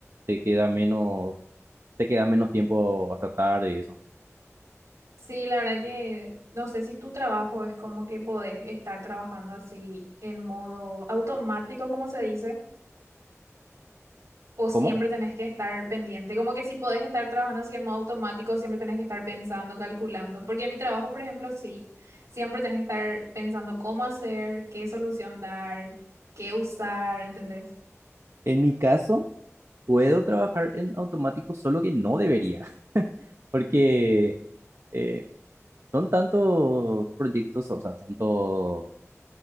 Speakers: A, on the right; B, on the right.
A: te queda menos, te queda menos tiempo hasta tarde y eso.
B: Sí, la verdad que no sé si tu trabajo es como que podés estar trabajando así en modo automático, como se dice, o siempre
A: ¿Cómo?
B: tenés que estar pendiente. Como que si podés estar trabajando así en modo automático, siempre tenés que estar pensando, calculando. Porque en mi trabajo, por ejemplo, sí, siempre tenés que estar pensando cómo hacer, qué solución dar, qué usar, ¿entendés?
A: En mi caso, puedo trabajar en automático, solo que no debería, <laughs> porque eh, son tantos proyectos, o sea, tantos